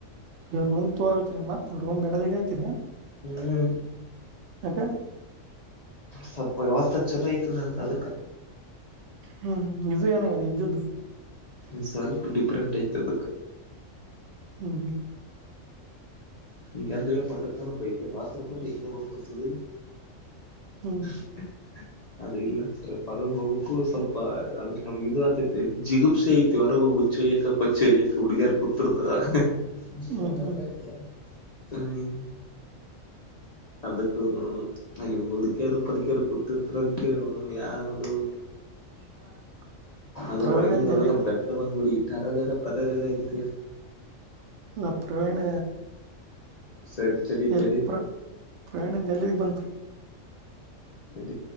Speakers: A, on the right; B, on the left.
A: ಈ ರೂಮ್ ತೂ ಆಗತ್ ರೀ ಮತ್ತತ್ ರೂಮ್ ಬ್ಯಾರೆದ ಹಿಡೆ ಯಾತ್ರೇನ್
B: ಹ್ಮ್
A: ಯಾಕ
B: ಸಲ್ಪ ವ್ಯವಸ್ಥ ಚಲೋ ಐತಿ ನಂದ ಅದಕ್ಕೆ
A: ಹ್ಮ್ ಇದು ಏನಾಗ್ಯದ ಇದ್ದದ್ದು
B: ನೀ ಸ್ವಲ್ಪ ಡಿಫ್ರೆಂಟ್ ಐತ ಅದಕ್ಕ
A: ಹ್ಮ್ ಹ್ಮ್
B: ನಿಂಗ್ ಎದ್ದು ಪಟ್ಟಕ್ಕನಾ ಪೈಕೈನಿ ವತ್ರ ಕುಂತ ಹಿಂಗ ಹೋಗ್ ಬರ್ತದಿಲ್
A: ಹು
B: <unintelligible> ಅದ ಇಲ್ಲ ಸರ ಹೊರಗ್ ಹೋಗಕ್ಕು ಸ್ವಲ್ಪ ಅದಕ್ ನಮ್ಗ ಇದು ಆತೈತಿ ಜಿಗುಪ್ಸೆ ಐತಿ ಹೊರಗ ಹೋಗ <unintelligible> ಹುಡುಗಿಯಾರ ಕುತೀರ್ತಾರ್ <unintelligible>
A: ಹ್ಮ್ ಹ್ಮ್ ಹ್ಮ್
B: ಹ್ಮ್ ಅದಕ್ಕ ನಾನು ಅಲ್ಲಿ ಮುದುಕೇರು ಪದಕೇರು ಕೂತಿರ್ತಾರ ಅಂತ ಹೇಳಿ ಅವನ್ವನ್ ಯಾದು ನೀ
A: <unintelligible>
B: ಅದು
A: ಪ್ರವೀಣಂದ
B: ಒಳಗಿಂದೊಳಗ
A: ಎಲ್ಲಿ
B: ಬೆಕ್ಕದಂಗೂಡಿ ತರದರ ಪದರದ ಇರಕ್
A: ನಾ ಪ್ರವೀಣ
B: ಸರಿ ತಡಿ
A: ಎಲ್ಲ
B: ತಡಿ
A: ಪ್ರ ಪ್ರವೀಣಂದ ಎಲ್ಲಿಗೆ ಬಂತ್
B: ಎದ್ದಿ